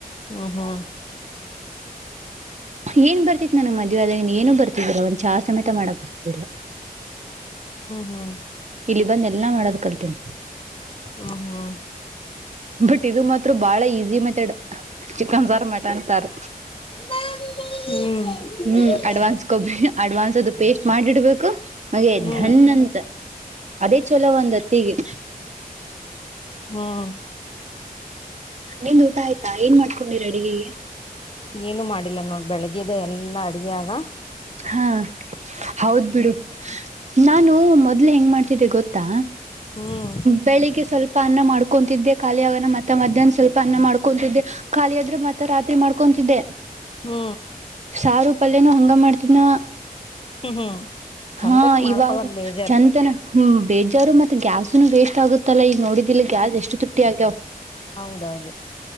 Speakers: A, on the left; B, on the right.
A: ಹೂ ಹು.
B: ಪ್ ಏನ್ ಬರ್ತಿತ್ ನನ್ನ ಮದ್ವೆ ಅದ್ರೆ. ನನ್ಗೆ ಏನೂ ಬರ್ತಾ ಇದ್ದಿಲ ಒಂದ್ ಚಾ ಸಮೇತ ಮಾಡಕ್ ಬರ್ತಿದ್ದಿಲ
A: ಹ್ಮ್ ಹ್ಮ್ ಹ್ಮ್ ಹ್ಮ್
B: ಇಲ್ಲಿ ಬಂದ್ ಎಲ್ಲಾ ಮಾಡೋದ್ ಕಲ್ತೀನಿ.
A: ಹ್ಮ್ ಹ್ಮ್.
B: ಬಟ್ ಇದು ಮತ್ ತೃ ಬಾಳ ಈಸಿ ಮೆಥೆಡ್ ಚಿಕನ್ ಸಾರ್ ಮ ತನ್ ಸಾರ್.
A: ಹ್ಮ
B: ಹ್ಮ್ ಅಡ್ವಾನ್ಸ್ ಕೊಬಿ ಅಡ್ವಾನ್ಸ್ ಅದು ಪೇಸ್ಟ್ ಮಾಡ್ ಇಡ್ಬೇಕು ಅಗೆ
A: ಹ್ಮ್ ಹ್ಮ್ ಹ್ಮ್
B: ದಂಡ್ ಅಂತ ಅದೆ ಚಲೋ ಒಂದೊತ್ತಿಗೆ.
A: ಹ್ಮ್
B: ನಿಂದ್ ಊಟ ಆಯ್ತಾ ಏನ್ ಮಾಡ್ಕೊಂಡಿರ್ ಅಡ್ಗಿಗೆ.
A: ಏನು ಮಾಡಿಲ್ಲ ನೋಡ್ ಬೆಳಿಗ್ಗೆ ದೆ ಎಲ್ಲಾ ಅಡ್ಗೆ ಅದ.
B: ಹಾ ಹೌದ್ ಬಿಡು. ನಾನು ಮೊದ್ಲ್ ಹೆಂಗ್ ಮಾಡ್ತಿದ್ದೆ ಗೊತ್ತಾ.
A: ಹ್ಮ್
B: ಬೆಳಿಗೆ ಸ್ವಲ್ಪ ಅನ್ನ ಮಾಡ್ಕೊಂತಿದ್ದೆ ಖಾಲಿಯಾವನ ಮತ್ತೆ ಮಧ್ಯಾಹ್ನ ಸ್ವಲ್ಪ ಅನ್ನ ಮಾಡ್ಕೊಂತಿದ್ದೆ. ಖಾಲಿಯಾದ್ರೆ ಮತ್ತೆ ರಾತ್ರಿ ಮಾಡ್ಕೊಂತಿದ್ದೆ.
A: ಹ್ಮ್
B: ಚಾರು ಪಲ್ಯನು ಹಂಗ ಮಾಡ್ ತಿನ.
A: ಹ್ಮ್ ಹ್ಮ್ ಚಂತಕ
B: ಹಾ
A: ಮಾಡ್ಕೊಳಕ್
B: ಇವಾಗ
A: ಬೇಜಾರ್
B: ಚಂತನ ಹ್ಮ್ ಬೇಜಾರು ಮತ್ತೆ ಗ್ಯಾಸ್ ತುನು ವೇಸ್ಟ್ ಆಗುತ್ತಲ್ಲ ಈಗ್ ನೋಡಿದಿಲ್ಲ ಗ್ಯಾಸ್ ಎಷ್ಟು ತುಟ್ಟಿ ಆಗ್ಯಾವ್.
A: ಹೌದೌದು.